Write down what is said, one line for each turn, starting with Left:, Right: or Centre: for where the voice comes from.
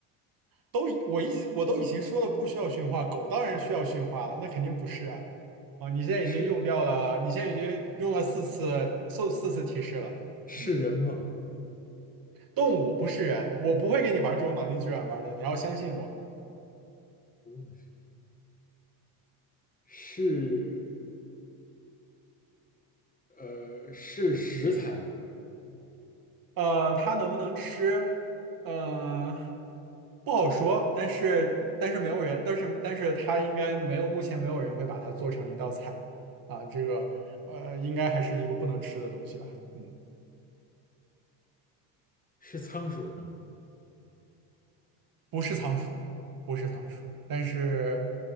Right: 都已我一直我都已经说了不需要驯化，狗当然需要驯化了，那肯定不是啊。啊，你现在已经用掉了，
Left: 是
Right: 你现在已经用了四次四四次提示了。
Left: 是人吗？
Right: 嗯，动物不是人，我不会跟你玩这种脑筋急转弯的，你要相信我。
Left: 不用是，是呃是食材吗？
Right: 嗯。呃，它能不能吃？呃，不好说。但是，但是没有人，但是，但是它应该没有，目前没有人会把它做成一道菜啊。这个，呃，应该还是一个不能吃的东西吧？嗯，
Left: 是仓鼠吗？
Right: 不是仓鼠，不是仓鼠，但是，